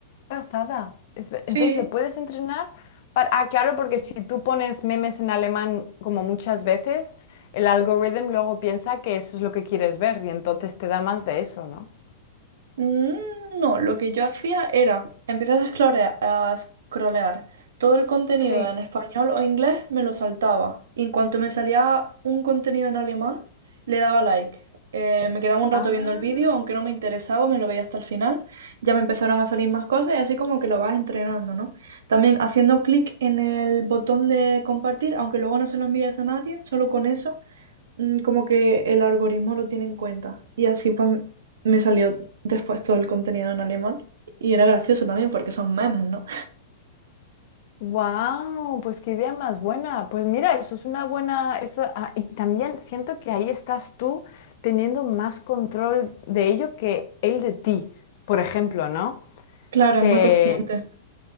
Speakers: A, on the left; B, on the right.
A: pasada. Es ver-
B: Sí.
A: Entonces, ¿le puedes entrenar? para- Ah, claro, porque si tú pones memes en alemán como muchas veces, el algoritmo luego piensa que eso es lo que quieres ver y entonces te da más de eso, ¿no?
B: Mm, No, lo que yo hacía era empezar a scrollear, a scrollear. Todo el contenido
A: Sí.
B: en español o inglés me lo saltaba. Y en cuanto me salía un contenido en alemán, le daba like. Eh, me quedaba un rato
A: Ah.
B: viendo el vídeo, aunque no me interesaba, me lo veía hasta el final. Ya me empezaron a salir más cosas y así como que lo vas entrenando, ¿no? También haciendo clic en el botón de compartir, aunque luego no se lo envíes a nadie, solo con eso mm, como que el algoritmo lo tiene en cuenta. Y así pues me salió después todo el contenido en alemán. Y era gracioso también porque son memes, ¿no?
A: Wow, pues qué idea más buena. Pues mira, eso es una buena, eso, ah, y también siento que ahí estás tú teniendo más control de ello que él de ti, por ejemplo, ¿no?
B: Claro,
A: Que
B: es muy consciente.